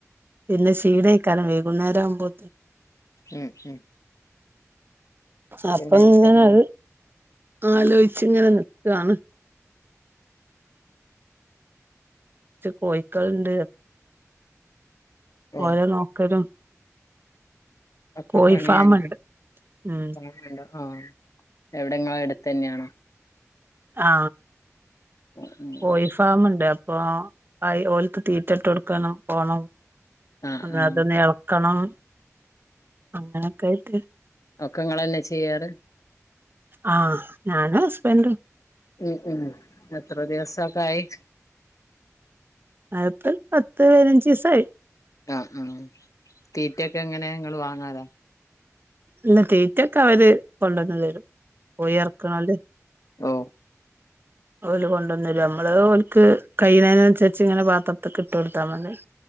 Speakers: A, on the right; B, on the left.
A: പിന്നെ ക്ഷീണേക്കാരം വൈകുന്നേരം ആവുമ്പോ
B: ഉം ഉം അപ്പൊ
A: അപ്പൊങ്ങനെ
B: പിന്നെ ഇനി കഞ്ഞിയും
A: അത് ആലോയ്ച്ച്ങ്ങനെ നിക്കാണ് ച്ച് കോയ്ക്കള്ണ്ട്
B: ഓ
A: ഓല നോക്കലും
B: ഒക്കെ
A: കോഴി
B: പണിയല്ല
A: ഫാമ്ണ്ട് ഉം
B: പണിണ്ടോ ആഎവിടെങ്ങളെ അടുത്തെന്നേണോ?
A: ആ
B: ഉം ഉം
A: കോയി ഫാമ്ണ്ട് അപ്പൊ ആ ഓൽക്ക് തീറ്റട്ടൊട്ക്കണം പോണം
B: ആ
A: അ
B: ആ
A: അതൊന്ന് ഇളക്കണം അങ്ങനെയൊക്കെ ആയിട്ട്
B: ക്കങ്ങളെന്നെ ചെയ്യാറ്
A: ആഹ് ഞാന് ഹസ്ബന്റ്
B: ഉം ഉം എത്ര ദിവസൊക്കെ ആയി?
A: അതിപ്പോ പത്ത് പതിനഞ്ച് ദിവസായി
B: ആഹ് ആ തീറ്റെക്കെ എങ്ങനെ ങ്ങള് വാങ്ങൊതോ?
A: ഇഇല്ല തീറ്റൊക്കവര് കൊണ്ടുവന്ന് തരും കോയി ഇറക്ക്ണോല്
B: ഓ
A: ഓല് കൊണ്ടുവന്നരും നമ്മള് ഓൽക്ക് കൈയ്യ്ന്നേനൻസര്ച്ച് ഇങ്ങനെ പാത്രത്തിക്ക് ഇട്ട് കൊട്ത്താ മതി